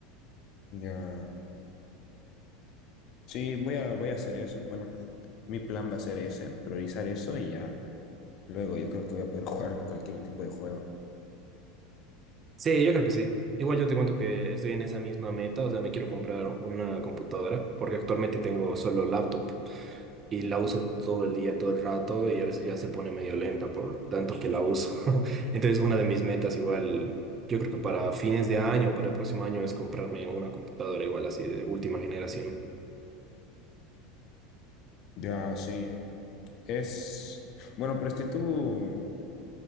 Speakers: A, on the left; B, on the right.
A: Ya, sí, voy a, voy a hacer eso. Bueno, mi plan va a ser ese, priorizar eso y ya. Luego yo creo que voy a poder <laughs> jugar cualquier tipo de juego.
B: Sí, yo creo que sí. Igual yo te cuento que estoy en esa misma meta, o sea, me quiero comprar una computadora porque actualmente tengo solo laptop. y la uso todo el día, todo el rato y a veces ya se pone medio lenta por tanto que la uso. <laughs> Entonces una de mis metas igual, yo creo que para fines de año, para el próximo año es comprarme una computadora igual así de última generación.
A: Ya, sí. Es, bueno, pero es que tú,